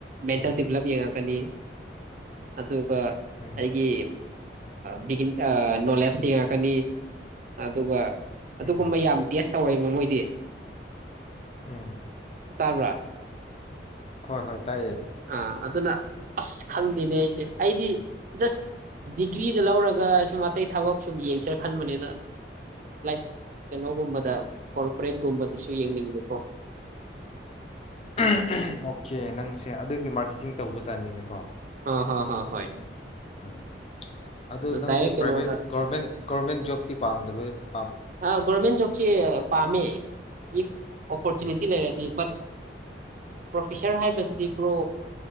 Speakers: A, on the right (about 45°); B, on the left (about 35°).
A: ꯃꯦꯟꯇꯦꯜ
B: ꯎꯝ
A: ꯗꯤꯕꯂꯞ ꯌꯦꯡꯉꯛꯀꯅꯤ ꯑꯗꯨ
B: ꯎꯝ
A: ꯑꯩꯒꯤ ꯕꯤ ꯅꯣꯂꯦꯖ ꯌꯦꯡꯉꯛꯀꯅꯤ ꯑꯗꯨꯒ ꯑꯗꯨꯒꯨꯝꯕ
B: ꯎꯝ
A: ꯌꯥꯝ ꯇꯦꯁ ꯇꯧꯋꯦ ꯃꯃꯣꯏꯗꯤ
B: ꯎꯝ
A: ꯇꯕꯔꯥ?
B: ꯍꯣꯏ - ꯍꯣꯏ ꯇꯥꯏꯌꯦ꯫
A: ꯑꯥ ꯑꯗꯨꯅ ꯑꯁ ꯈꯪꯗꯦꯅꯦ ꯑꯩꯁꯦ ꯑꯩꯗꯤ ꯖꯁ ꯗꯤꯒ꯭ꯔꯤꯗ ꯂꯧꯔꯒ ꯁꯨꯝ ꯑꯇꯩ ꯊꯕꯛ ꯁꯨꯝ ꯌꯦꯡꯁꯔ ꯈꯟꯕꯅꯤꯅ ꯂꯥꯏꯛ ꯀꯩꯅꯣꯒꯨꯝꯕꯗ ꯀꯣꯔꯄꯣꯔꯦꯠꯀꯨꯝꯕꯗꯁꯨ ꯌꯦꯡꯅꯤꯡꯕꯀꯣ
B: ꯎꯝ ꯎꯝ꯫ ꯑꯣ ꯀꯦ ꯅꯪꯁꯦ ꯑꯗꯨꯒꯤ ꯃꯥꯔꯀꯦꯇꯤꯡ ꯇꯧꯕ ꯖꯅꯤꯅꯦꯀꯣ
A: ꯑ ꯍ ꯍ ꯍꯣꯏ꯫
B: ꯎꯝ ꯑꯗꯨ ꯅꯪꯗꯤ
A: ꯗꯥꯏꯔꯦꯛ ꯀꯩꯅꯣꯗ
B: ꯄ꯭ꯔꯥꯏꯚꯦꯠ ꯒꯃꯦꯟ ꯒꯣꯔꯃꯦꯟ ꯖꯣꯕ <unintelligible>
A: ꯑ ꯒꯣꯔꯃꯦꯟ ꯖꯣꯕꯁꯤ ꯄꯥꯝꯃꯦ ꯏꯐ ꯑꯣꯄꯣꯔꯆꯨꯅꯤꯇꯤ
B: ꯎꯝ
A: ꯂꯩꯔꯗꯤ ꯕꯠ ꯄ꯭ꯔꯣꯐꯦꯁꯔ ꯍꯥꯏꯕꯁꯤꯗꯤ ꯕ꯭ꯔꯣ